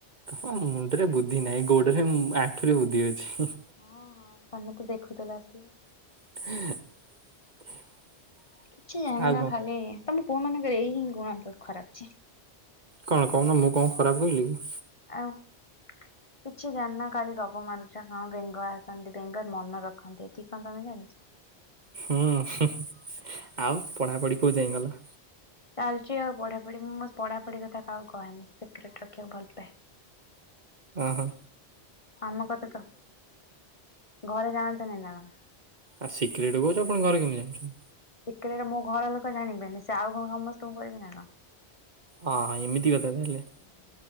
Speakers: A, on the right; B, on the left.
A: ହଁ ମୁଣ୍ଡରେ ବୁଦ୍ଧି ନାହିଁ ଗୋଡରେ ଆଣ୍ଠୁରେ ବୁଦ୍ଧି ଅଛି।
B: ହଁ ହଁ ତମେ ତ ଦେଖୁଥିଲା ସିଏ।
A: <inaudible>
B: କିଛି ଜାଣିନ
A: ଆଉ କଣ।
B: ଖାଲି ତମ ପୁଅ ମାନଙ୍କର ଏଇ ହିଁ ଗୁଣ ଖରାପଛି।
A: କଣ କହୁନ ମୁଁ କଣ ଖରାପ କହିଲି କି?
B: ଆଉ। କିଛି ଜ୍ଞାନ କାଳି ଗପ ମାରୁାରୁଛ କଣ ବେଙ୍ଗ ଆସନ୍ତି ବେଙ୍ଗର ମନ ରଖନ୍ତି ଏତିକି କଣ ତମେ ଜାଣିଛ?
A: ହୁଁ ଆଉ ପଢାପଢି କୋଉ ଯାଇ ଗଲା?
B: ଚାଲିଛି ଆଉ ପଢା ପଢି ମୁଁ ମୋ ପଢାପଢି କଥା କ କହେନି ସିକ୍ରେଟ ରଖିବାକୁ ଭଲ ପାଏ।
A: ଓ ହୋ।
B: ଆମ କଥା ତ ଘରେ ଜାଣନ୍ତ ନାାଇଁ ନା କଣ
A: ଆଉ ସିକ୍ରେଟ କହୁଛୁ ଆପଣ ଘରେ କେମିତି ଯାନୁଛନ୍ତି?
B: ଶ ମୋ ଘର ଲୋକ ଜାଣିବେନି ସେ ଆଉ କଣ ସମସ୍ତଙ୍କୁ କିବେ ନା କଣ।
A: ହଁ ଏମିତି କଥାତା ହେଲେ।
B: କଣ।